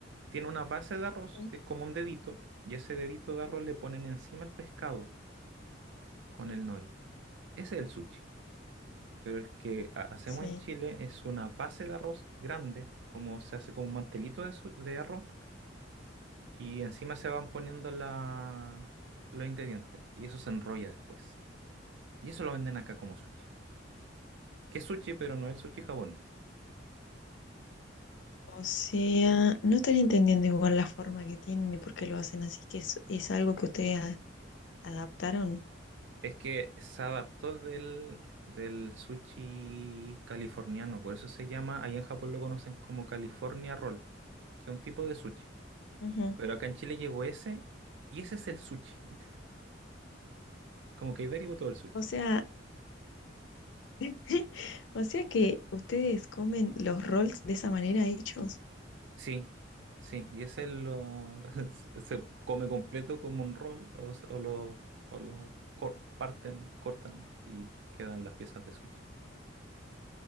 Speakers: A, on the right; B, on the left.
A: tiene una base de arroz
B: Mm.
A: que es como un dedito, y ese dedito de arroz le ponen encima el pescado con el nori. Ese es el sushi. Pero el que ha- hacemos
B: Sí.
A: en Chile es una base de arroz grande, como se hace con un mantelito de, su- de arroz, y encima se van poniendo la- los ingredientes, y eso se enrolla después. Y eso lo venden acá como sushi. Que es sushi, pero no es el sushi japonés.
B: O sea, no estaría entendiendo igual la forma que tienen y por qué lo hacen así, que es, es algo que ustedes a- adaptaron.
A: Es que se adaptó del, del sushi californiano, por eso se llama, allá en Japón lo conocen como California Roll, que es un tipo de sushi.
B: Ujú.
A: Pero acá en Chile llegó ese y ese es el sushi. <laughs> Como que ahí derivó todo el sushi.
B: O sea, <laughs> O sea que ustedes comen los rolls de esa manera hechos.
A: Sí, sí, y ese lo, <laughs> se come completo como un roll o, s- o lo, o lo cor- parten, cortan y quedan las piezas de sushi.